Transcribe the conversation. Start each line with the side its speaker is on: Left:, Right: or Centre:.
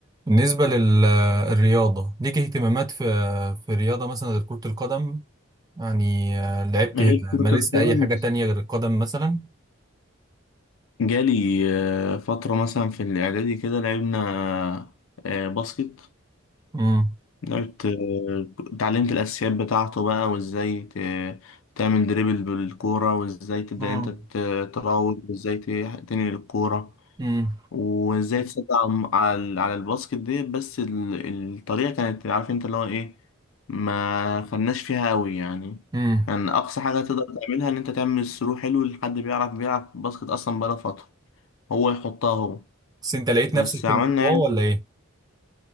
Right: بالنسبة للرياضة ليك اهتمامات في في الرياضة مثلا غير كرة القدم يعني آه، لعبت
Left: غير كرة
Right: مارست
Left: القدم
Right: أي حاجة تانية غير القدم مثلا
Left: جالي آه، فترة مثلا في الإعدادي كده لعبنا آه، باسكت
Right: امم
Left: لعبت آه، اتعلمت الأساسيات بتاعته بقى وإزاي ت- تعمل دريبل بالكورة وإزاي تبدأ
Right: مم.
Left: أنت ت- تراوغ وإزاي ت- تنقل الكورة
Right: امم
Left: وازاي تسد على على على الباسكت دي بس ال- الطريقه كانت عارف انت اللي هو ايه ما خدناش فيها قوي يعني
Right: امم
Left: كان اقصى حاجه تقدر تعملها ان انت تعمل ثرو حلو لحد بيعرف بيلعب باسكت اصلا بقاله فتره هو يحطها هو
Right: بس أنت لقيت
Left: بس
Right: نفسك
Left: عملنا
Right: في الموضوع
Left: يعني
Right: ولا إيه؟